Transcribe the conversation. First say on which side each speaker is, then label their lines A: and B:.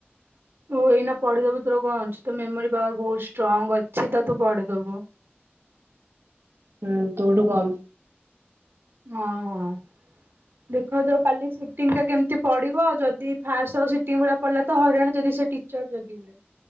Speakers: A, on the right; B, on the right.
A: ଓ ଏଇନା ପଢିଦବୁ ତୋର କଣ ଅଛି ତ ମେମୋରି ପାୱାର୍ ବହୁତ୍ ଷ୍ଟ୍ରଙ୍ଗ୍ ଅଛି ତ ତୁ ପଢିଦବୁ।
B: ହୁଁ ତୋ ଠୁ କମ୍।
A: ହଁ। ଦେଖ ଯଉ କାଲି ସିଟିଙ୍ଗ୍ ଟା କେମିତି ପଡିବ ଯଦି ଫାଷ୍ଟ୍ ସ- ସିଟିଙ୍ଗ୍ ଭଳିଆ ପଡିଲା ତ ହଇରାଣ ଯଦି ସେଟି ଚ -ଜଗିବେ।